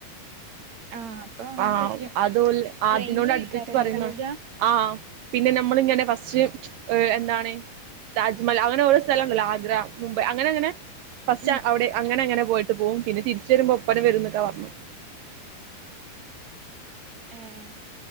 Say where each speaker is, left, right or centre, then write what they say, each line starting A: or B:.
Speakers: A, on the right; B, on the right.
A: ആഹ് അപ്പൊ അങ്ങനെയായിരിക്കും
B: ആഹ് അതോല് അതിനോട്
A: ട്രെയിനിലേക്കാരല്ലേ
B: അടുപ്പിച്ച് പറയുന്നാ
A: പോക
B: ആഹ് പിന്നെ നമ്മളിങ്ങനെ ഫസ്റ്റ് എഹ് എന്താണ് താജ്മഹൽ അങ്ങനെ ഓരോ സ്ഥലംണ്ടല്ലോ ആഗ്ര മുംബൈ അങ്ങനെ അങ്ങനെ ഫസ്റ്റ്
A: ഉം
B: അവിടെ അങ്ങനെ
A: ആഹ്
B: അങനെ പോയിട്ട് പോവും പിന്നെ തിരിച്ചു വരുമ്പോ ഒപ്പരം വരും എന്നൊക്കെ പറഞ്ഞെ
A: ഏഹ്